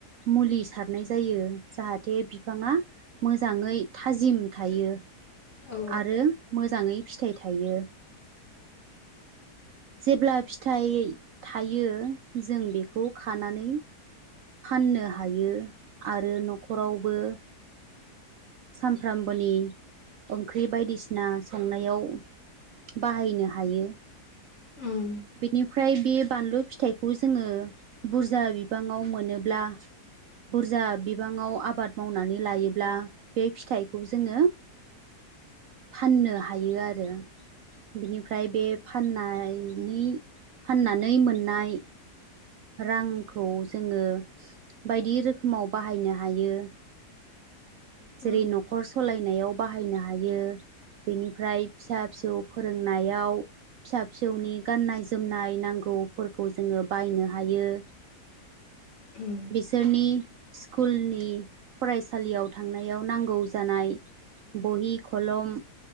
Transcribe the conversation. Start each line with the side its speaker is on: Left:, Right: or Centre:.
Right: मुलि सारनाय जायो जाहाथे बिफाङा मोजाङै थाजिम थायो
Left: औ
Right: आरो मोजाङै फिथाइ थायो जेब्ला फिथाइ थायो जों बेखौ खानानै फाननो हायो आरो न'खरावबो सामफ्रामबोनि ओंख्रि बायदिसिना संनायाव बाहायनो हायो
Left: उम
Right: बेनिफ्राय बे बानलु फिथाइखौ जोङो बुरजा बिबाङाव मोनोब्ला बुरजा बिबाङाव आबाद मावनानै लायोब्ला बे फिथाइखौ जोङो फाननो हायो आरो। बिनिफ्राय बे फाननायनि फाननानै मोननाय रांखौ जोङो बायदि रोखोमाव बाहायनो हायो। जेरै
Left: उम
Right: न'खर सलायनायाव बाहायनो हायो। बेनिफ्राय फिसा फिसौ फोरोंनायाव फिसा फिसौनि गाननाय जोमनाय नांगौफोरखौ जोङो बायनो हायो
Left: उम
Right: बिसोरनि स्कुलनि फरायसालियाव थांनायाव नांगौ जानाय बहि, खलम